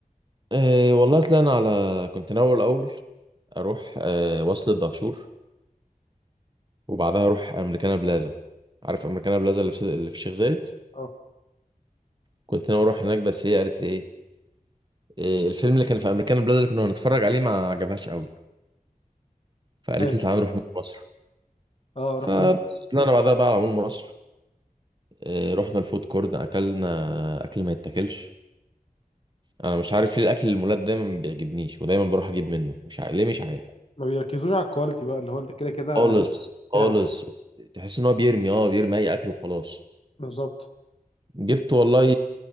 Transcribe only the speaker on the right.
أه والله طلعنا على كنت ناوي الاول اروح أه وصل الدهشور وبعدها اروح امريكانا بلازا عارف امريكانا بلازا اللي في اللي في الشيخ زايد
كنت ناوي اروح هناك بس هي قالت لي ايه إيه، الفيلم اللي كان في امريكانا بلازا اللي كنا هنتفرج عليه ما عجبهاش قوي فقالت
لي تعالى نروح مول مصر
فبس
طلعنا بعدها بقى على مول مصر إيه، رحنا الفود كورت اكلنا اكل ما يتاكلش انا مش عارف ليه الاكل المولات دايما ما بيعجبنيش ودايما بروح اجيب منه مش عارف ليه مش عارف
خالص
خالص
تحس ان هو بيرمي اه بيرمي اي اكل وخلاص
جبت والله